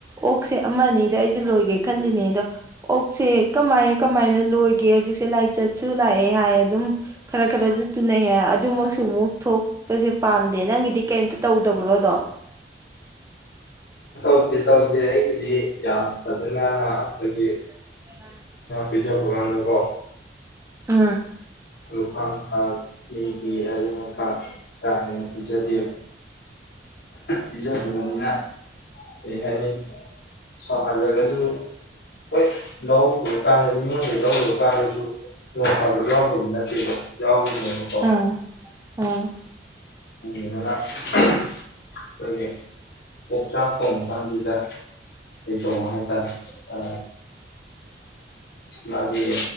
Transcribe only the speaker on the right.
ꯑꯣꯛꯁꯦ ꯑꯃꯅꯤꯗ ꯑꯩꯁꯦ ꯂꯣꯏꯒꯦ ꯈꯜꯂꯤꯅꯦ ꯑꯗꯣ ꯑꯣꯛꯁꯦ ꯀꯃꯥꯏꯅ ꯀꯃꯥꯏꯅ ꯂꯣꯏꯒꯦ ꯍꯧꯖꯤꯛꯁꯦ ꯂꯥꯏꯆꯠꯁꯨ ꯂꯥꯛꯑꯦ ꯍꯥꯏ ꯑꯗꯨꯝ ꯈꯔ ꯈꯔꯁꯨ ꯇꯨꯅꯩ ꯍꯥꯏꯑꯗꯨꯃꯛ ꯁꯨꯃꯨꯛ ꯊꯣꯛꯄꯁꯦ ꯄꯥꯝꯗꯦ ꯅꯪꯒꯤꯗꯤ ꯀꯩꯝꯇ ꯇꯧꯗꯕ꯭ꯔꯣꯗꯣ <inaudible>
<inaudible>
ꯑꯥ
ꯑꯥ ꯑꯥ